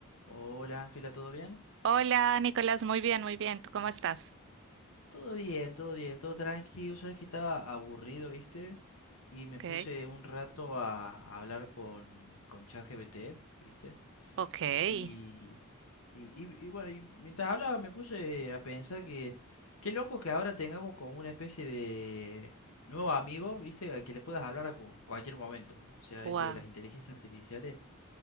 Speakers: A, on the left; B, on the right.
A: Hola Ángela, ¿todo bien?
B: Hola, Nicolás, muy bien, muy bien. ¿Tú cómo estás?
A: Todo bien, todo bien, todo tranquilo. Sabes que estaba aburrido, ¿viste? Y me
B: Ok,
A: puse un rato a, a hablar con, con ChatGPT, ¿viste?
B: ok,
A: Y, y, y- y bueno, y mientras hablaba me puse a pensar que qué loco que ahora tengamos como una especie de nuevo amigo, ¿viste? Al que le puedas hablar a cu- cualquier momento, ¿no? O sea,
B: wow.
A: esto de las inteligencias artificiales